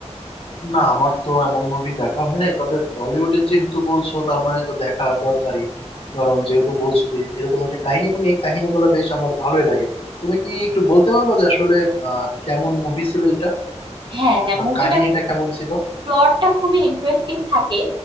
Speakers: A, on the left (about 50°); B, on the right (about 40°).
A: না আমার তো এমন মুভি দেখা হয় নাই তবে বলিউডের যেহেতু বলছো তার মানে তো দেখা দরকারই কারণ যেহেতু বলছো যে এরকম একটা কাহিনী এবং এই কাহিনীগুলো বেশ আমার ভালোই লাগে তুমি কি একটু বলতে পারবা যে আসলে আহ কেমন মুভি ছিল এটা
B: হ্যাঁ হ্যাঁ
A: বা
B: মুভিটার
A: কাহিনীটা কেমন ছিল
B: প্লটটা খুবই ইন্টারেস্টিং থাকে